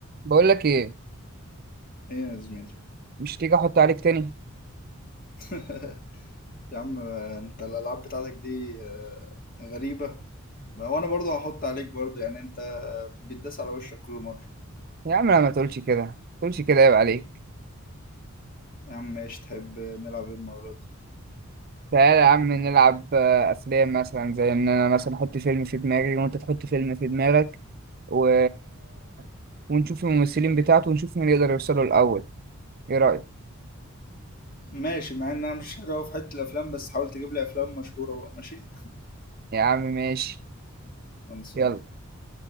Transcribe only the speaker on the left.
ايه يا زميلي
<laughs> يا عم انت الالعاب بتاعتك دي آه، غريبه ما- وانا برضو هحط عليك برضو يعني انت بتداس على وشك كل مره
يا عم ماشي تحب نلعب ايه المره دي
ماشي مع ان انا مش حلو أوي في حته الافلام بس حاول تجيب لي افلام مشهوره بقى ماشي
<laughs> خلصان